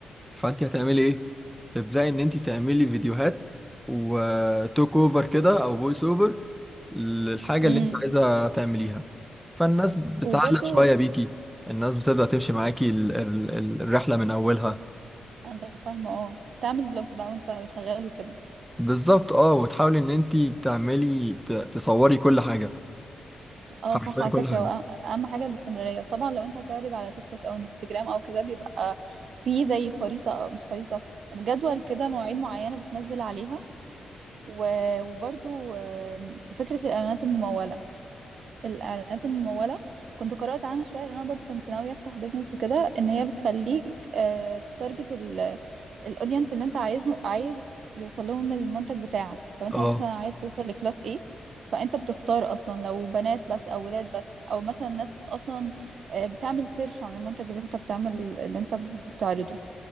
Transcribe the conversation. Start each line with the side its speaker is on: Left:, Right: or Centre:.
Centre: فانت هتعملي ايه تبداي ان انت تعملي فيديوهات وتوك اوفر كده او فويس اوفر للحاجه
Right: امم
Centre: اللي انت عايزه تعمليها فالناس بتعلق
Right: وبرده
Centre: شويه بيكي الناس بتبدا تمشي معاكي ال- ال- ال- الرحله من اولها
Right: انا فاهمه اه تعمل فلوجز بقى وانت شغال وكده
Centre: بالظبط اه وتحاولي ان انت تعملي ت- تصوري كل حاجه
Right: اه
Centre: حرفيا
Right: صح على
Centre: كل
Right: فكره
Centre: حاجه
Right: وأه- اهم حاجه الاستمراريه وطبعا لو انت هتعرض على تيك توك او انستجرام او كده بيبقى في زي خريطه أو مش خريطه جدول كده مواعيد معينه بتنزل عليها و- وبرضو آم، فكره الاعلانات المموله الاعلانات الممولة كنت قرأت عنها شوية لان انا برضو كنت ناوية افتح بيزنس وكده ان هي بتخليك آه، تارجت ال- الاودينس اللي انت عايزه عايز يوصل لهم المنتج بتاعك لو انت
Centre: اه
Right: مثلا عايز توصل لكلاس ايه فانت بتختار اصلا لو بنات بس او ولاد بس او مثلا ناس اصلا آه، بتعمل سيرش عن المنتج اللي انت بتعمل اللي انت بتعرضه